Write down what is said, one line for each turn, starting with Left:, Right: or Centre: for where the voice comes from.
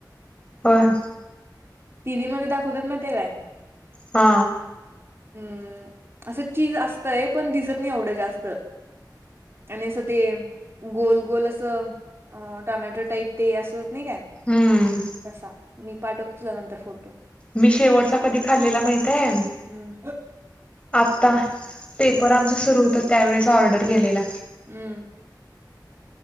Left: होय.
Right: टीव्ही मध्ये दाखवतात माहिताय काय.
Left: हा,
Right: हम्म असं चीज असतय पण दिसत नाही एवढं जास्त आणि असं ते गोल-गोल अस टमॅटो टाईप ते अस होत नाही काय
Left: हम्म
Right: कसा मी पाठवतो तुला नंतर फोटो
Left: मी शेवटचा कधी खाल्लेला माहित आहे
Right: हम्म
Left: आता पेपर आमचं सुरू होत त्यावेेळेस ऑर्डर केलेला
Right: हम्म,